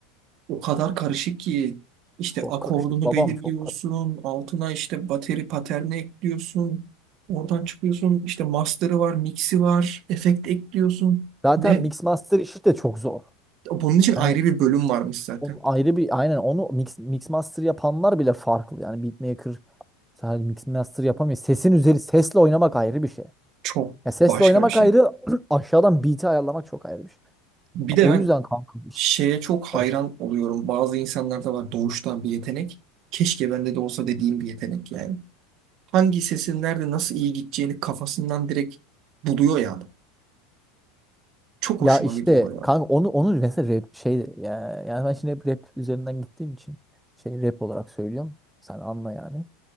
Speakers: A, on the right (about 50°); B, in the centre.
A: O kadar karışık ki işte
B: Çok
A: akordunu
B: karışık. Babam
A: belirliyorsun.
B: çok karışık.
A: Altına işte bateri paterni ekliyorsun. Oradan çıkıyorsun. İşte master'ı var, mix'i var. Efekt ekliyorsun.
B: Zaten
A: Ne?
B: mix master işi de çok zor.
A: Bunun için ayrı
B: Hani
A: bir bölüm varmış zaten.
B: onun ayrı bir aynen onu mix, mix master yapanlar bile farklı. Yani beatmaker sadece mix master yapamıyor. Sesin üzeri sesle oynamak ayrı bir şey.
A: Çok
B: Ya sesle
A: başka
B: oynamak
A: bir şey.
B: ayrı, <clears throat> aşağıdan beat'i ayarlamak çok ayrı bir şey.
A: Bir
B: Ya
A: de
B: O
A: ben
B: yüzden kanka işte
A: şeye çok hayran
B: karışık.
A: oluyorum. Bazı insanlarda var doğuştan bir yetenek. Keşke bende de olsa dediğim bir yetenek yani. Hangi sesin nerede nasıl iyi gideceğini kafasından direkt buluyor ya. adam. Çok hoşuma
B: Ya işte
A: gidiyor o ya.
B: kanka onu onu mesela rap şey ya, yani ben şimdi hep rap üzerinden gittiğim için şey rap olarak söylüyorum. Sen anla yani.